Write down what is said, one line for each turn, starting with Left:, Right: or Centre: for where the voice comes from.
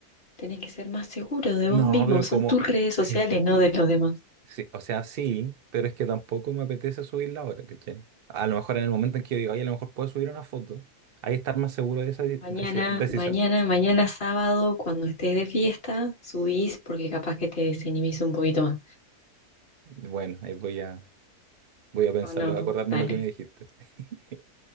Left: Tenés que ser más seguro de
Right: No,
Left: vos mismo,
Right: pero
Left: son
Right: como...
Left: tus redes
Right: <laughs>
Left: sociales, no de los demás.
Right: Sí, o sea, sí, pero es que tampoco me apetece subirla ahora, ¿cachai? A lo mejor en el momento en que yo diga, oye, a lo mejor puedo subir una foto, ahí estar más seguro de esa de-
Left: Mañana,
Right: deci- decisión.
Left: mañana, mañana sábado, cuando estés de fiesta, subís porque capaz que te desinhibís un poquito más.
Right: Bueno, ahí voy a, voy a pensarlo,
Left: No, no,
Right: a acordarme
Left: dale.
Right: lo que me dijiste. <laughs>